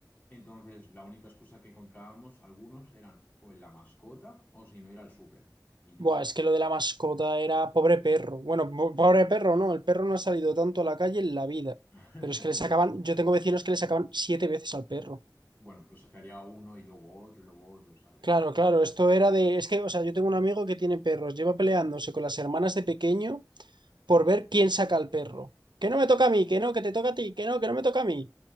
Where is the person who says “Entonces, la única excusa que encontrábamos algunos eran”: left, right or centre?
Left